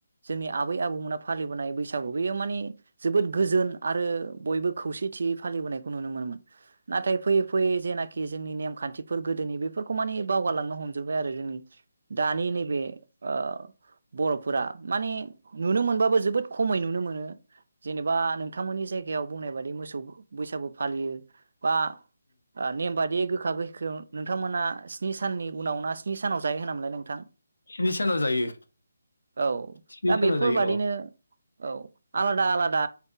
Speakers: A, on the right; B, on the left.
A: जोंनि आबै आबौमोना फालिबोनाय बैसागु बेयो मान जोबोद गोजोन आरो बयबो खौसेथियै फालिबोनायखौ नुनो मोनोन नाथाय फैयै फैयै जेनाख जोंनि नेम खान्थि गोदोनि बे फोरखौ मानि बावारलांनो हमजोबबाय आरो जोंनि दानि नैबे ओ बर'फोरा मानिे नुनो मोनबाबो जोबोद खमै नुनो मोनो जेनेबा नोंथांमोननि जायगायाव बुंनाय बायदि मोसौ बैसागु फालियो बा ओ नेम बादि <unintelligible> नोंथांमोना स्नि साननि उनाव ना स्नि सानाव जायो होनामोनलाय नोंथां
B: स्नि सानाव जायो
A: औ
B: स्नि
A: दा
B: सानाव
A: बेफोरबादिनो
B: जायो औ
A: औ आलादा आलादा